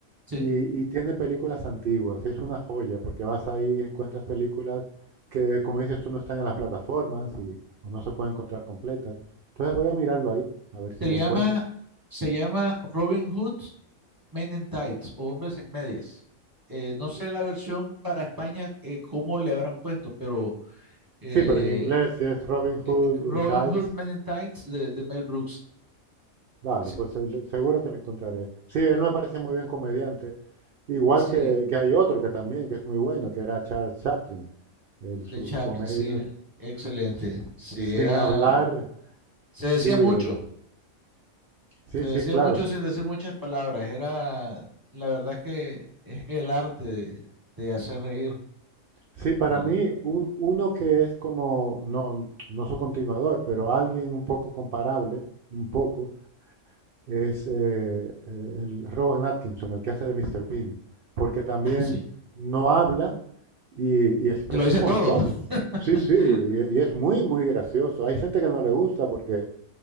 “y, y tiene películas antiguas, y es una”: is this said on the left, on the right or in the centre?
Right